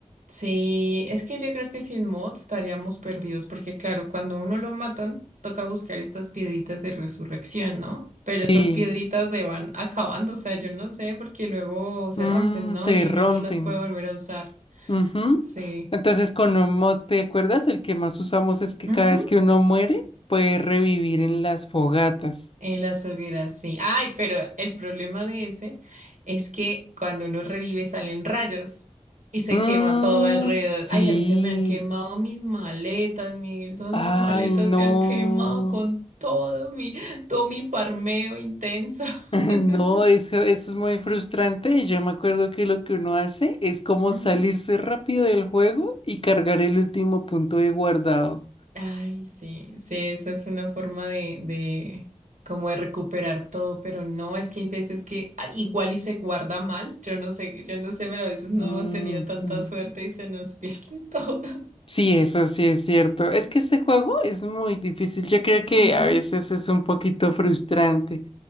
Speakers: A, on the right; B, on the left.
A: Sí, es que yo creo que sin mods estaríamos perdidos, porque claro, cuando a uno lo matan, toca buscar estas piedritas de resurrección, ¿no? Pero
B: Sí,
A: esas piedritas se van acabando, o sea, yo no sé, porque luego se
B: mm,
A: rompen, ¿no?
B: se
A: Y
B: rompen.
A: uno no las puede volver a usar.
B: Ujú.
A: Sí.
B: Entonces, con un mod, ¿te acuerdas? El que más usamos es que
A: Ujú.
B: cada vez que uno muere, puede revivir en las fogatas.
A: En las hogueras, sí. Ay, pero el problema de ese es que cuando uno revive salen rayos y se
B: Mm,
A: quema todo alrededor.
B: sí.
A: Ay, a mí se me han quemado mis maletas, Miguel. Todas
B: Ay,
A: mis maletas
B: no.
A: se han quemado con todo mi, todo mi farmeo intenso.
B: <laughs>
A: <laughs>
B: No, es que eso es muy frustrante. Yo me acuerdo que lo que uno hace es como
A: Ujú.
B: salirse rápido del juego y cargar el último punto de guardado.
A: Ay, sí, sí, esa es una forma de, de como de recuperar todo, pero no, es que hay veces que ah, igual y se guarda mal, yo no sé, yo no sé, pero a veces no
B: Mm,
A: hemos tenido tanta
B: mm.
A: suerte y se nos pierde todo.
B: Sí, eso sí es cierto. Es que ese juego es muy difícil. Yo creo que
A: <laughs> Ujú.
B: a veces es un poquito frustrante.